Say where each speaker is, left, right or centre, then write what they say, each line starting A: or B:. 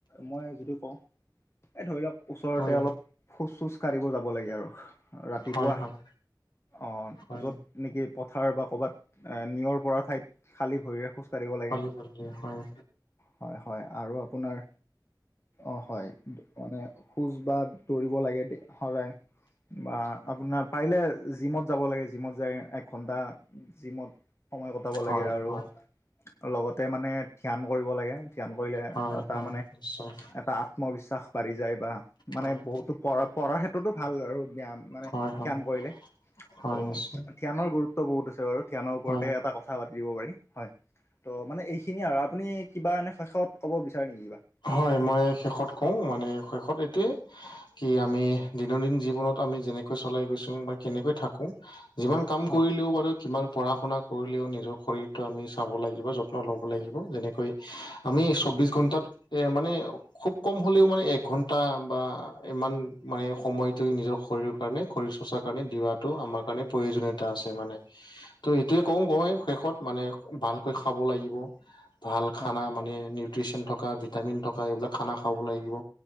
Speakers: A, on the left; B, on the left.
A: মই যদি কও এ ধৰি লওক ওচৰতে
B: হয়
A: অলপ খোজ চোজ কাঢ়িব যাব লাগে আৰু ৰাতিপুৱা
B: হয় হয়
A: অহ
B: হয়
A: য'ত নেকি পথাৰ বা ক'ৰবাত এ নিয়ৰ পৰা ঠাইত খালী ভৰিৰে খোজকাঢ়িব লাগে।
B: সেইটোৱে হয়।
A: হয় হয় আৰু আপোনাৰ অ হয়। মানে খোজ বা দৌৰিব লাগে সদায়। বা আপোনাৰ পাৰিলে জিমত যাব লাগে জিমত যাই এক ঘন্টা, জিমত সময় কটাব
B: হয়
A: লাগে আৰু
B: হয়
A: লগতে মানে ধ্যান কৰিব লাগে। ধ্যান কৰিলে
B: হয়
A: তাৰমানে
B: হয় নিশ্চয়
A: এটা আত্মবিশ্বাস বাঢ়ি যায় বা মানে
B: হয়
A: বহুতো পঢ়া পঢ়াৰ ক্ষেত্ৰতো ভাল আৰু ব্যায়াম। মানে
B: হয় হয়
A: ধ্যান কৰিলে
B: হয়
A: ত'
B: নিশ্চয়
A: ধ্যানৰ গুৰুত্ব বহুত আছে বাৰু ধ্যানৰ ওপৰতে
B: হয়
A: এটা কথা থা পাতি দিব পাৰি হয়। ত মানে এইখিনিয়ে আৰু আপুনি কিবা এনে শৈশৱত ক'ব বিচাৰে নেকি কিবা।
B: হয় মই শেষত কও মানে শেষত এইটোয়ে কি আমি দৈনন্দিন জীৱনত আমি যেনেকৈ চলাই গৈছো বা কেনেকৈ থাকো যিমান কাম
A: হয়
B: কৰিলেও বাৰু কিমান পঢ়া শুনা কৰিলেও নিজৰ শৰীৰটো আমি চাব লাগিব, যত্ন ল'ব লাগিব। যেনেকৈ আমি চৌব্বিছ ঘণ্টাত এ মানে- খুব কম হ'লেও মানে এঘন্টা বা ইমান মানে সময়তো নিজৰ শৰীৰৰ কাৰণে শৰীৰ চৰ্চাৰ কাৰণে দিয়াতো আমাৰ কাৰণে প্ৰয়োজনীয়তা আছে মানে।
A: টিক
B: তো এইটোৱে কও গৈ শেষত মানে ভালকৈ খাব লাগিব ভাল খানা
A: হয়
B: মানে, মানে নিউতিছিয়ান থকা ভিটামিন থকা এই বিলাক খানা খাব লাগিব।